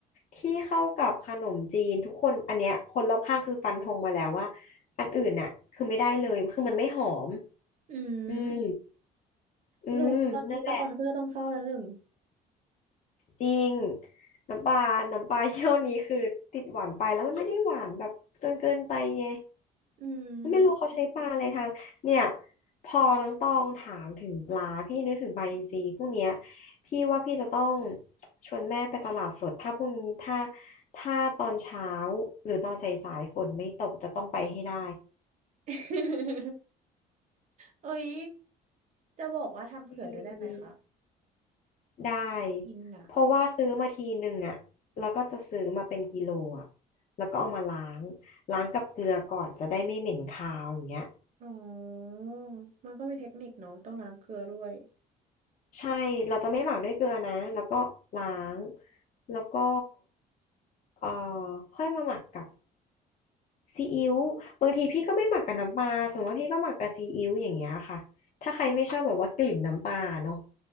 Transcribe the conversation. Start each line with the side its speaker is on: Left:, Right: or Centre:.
Left: ที่เข้ากับขนมจีนทุกคนอันเนี้ยคนรอบข้างคือฟันธงมาแล้วว่าอันอื่นน่ะคือไม่ได้เลยคือมันไม่หอม
Right: อืม
Left: อืมอืมนั่นแหละ
Right: หรือตอนนี้สปอนเซอร์ต้องเข้าแล้วหนึ่ง
Left: จริงน้ำปลาน้ำปลา <laughs> เยี่ยวนี้คือติดหวานไปแล้วมันไม่ได้หวานแบบจนเกินไปไง
Right: อื
Left: ไม่รู้เขาใช้ปลาอะไรทางเนี่ย
Right: ม
Left: พอน้องตองถามถึงปลาพี่นึกถึงปลาอินทรีพวกเนี้ยพี่ว่าพี่จะต้องชวนแม่ไปตลาดสดถ้าพรุ่งถ้าถ้าตอนเช้าหรือตอนสายๆฝนไม่ตกจะต้องไปให้ได้
Right: <laughs> เอ้ยจะบอกว่าทำเผื่อด้วยได้ไหมคะ
Left: อืมได้
Right: อินนะ
Left: เพราะว่าซื้อมาทีหนึ่งอ่ะแล้วก็จะซื้อมาเป็นกิโลอ่ะแล้วก็เอามาล้างล้างกับเกลือก่อนจะได้ไม่เหม็นคาวอย่างเงี้ย
Right: อ๋อ มันก็มีเทคนิคเนาะต้องล้างเกลือด้วย
Left: ใช่เราจะไม่หมักด้วยเกลือนะแล้วก็ล้างแล้วก็ เอ่อค่อยมาหมักกับซีอิ๊วบางทีพี่ก็ไม่หมักกับน้ำปลาส่วนมากพี่ก็หมักกับซีอิ๊วอย่างเงี้ยค่ะถ้าใครไม่ชอบแบบว่ากลิ่นน้ำปลาเนาะ